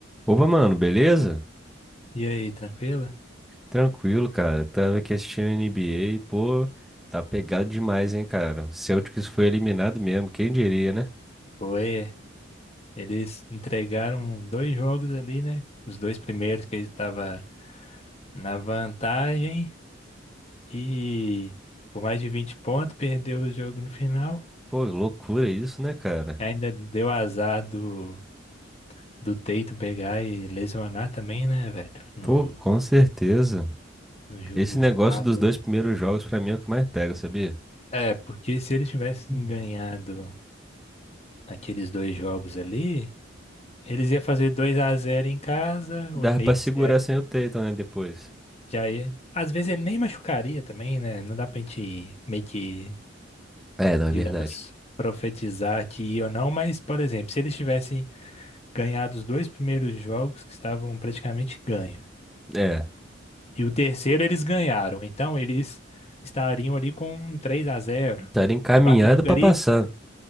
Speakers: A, in the centre; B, on the left (about 30°).
A: Opa, mano, beleza?
B: E aí, tranquilo?
A: Tranquilo, cara. Tava aqui assistindo NBA, pô, tá pegado demais, hein, cara. O Celtics foi eliminado mesmo, quem diria, né?
B: Foi. Eles entregaram dois jogos ali, né? Os dois primeiros que ele estava na vantagem e por mais de 20 pontos perdeu o jogo no final.
A: Pô, loucura isso, né, cara?
B: Ainda deu azar do, do Tatum pegar e lesionar também, né, velho? No,
A: Pô, com certeza.
B: no jogo
A: Esse negócio
B: 4
A: dos dois
B: ali.
A: primeiros jogos pra mim é o que mais pega, sabia?
B: É, porque se eles tivessem
A: Hum.
B: ganhado aqueles dois jogos ali, eles iam fazer 2 a zero em casa,
A: Dava
B: o Knicks
A: pra segurar sem o Tatum, né, depois.
B: Já ia. Às vezes ele nem machucaria também, né? Não dá pra gente meio que,
A: É, não é
B: digamos,
A: verdade.
B: profetizar que ia ou não, mas, por exemplo, se eles tivessem ganhado os dois primeiros jogos que estavam praticamente ganhos,
A: É.
B: e o terceiro eles ganharam, então eles estariam ali com um 3 a zero
A: Estaria encaminhado
B: No quarto jogo
A: para
B: ali,
A: passar.